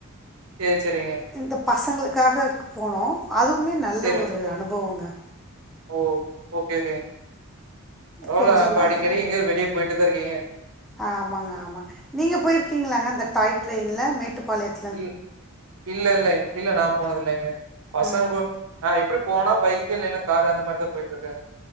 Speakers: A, on the right; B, in the centre.
A: சேர் செரிங்க
B: இந்த பசங்களுக்காக போனோ அதுவுமே நல்ல
A: சேரிங்க.
B: ஒரு அனுபவங்க
A: ஓ ஓகே ஓகே ரவல
B: கொஞ்சம்
A: அப்ப
B: நல்லா
A: அடிக்கடி எங்கயாது வெளிய போயிட்டுதா இருக்கீங்க
B: ஆமாங்க ஆமாங்க நீங்க போயிருக்கீங்ளாங்க இந்த டாய் ட்ரெயின்ல மேட்டுப்பாளையத்
A: இல் இல்ல இல்ல இல்ல நா போனது இல்லைங்க பசங்கோ
B: ஆ
A: நா எப்டி போனா பைக்கு இல்லனா காரு அந்த மாரிதா போயிட்ருக்கே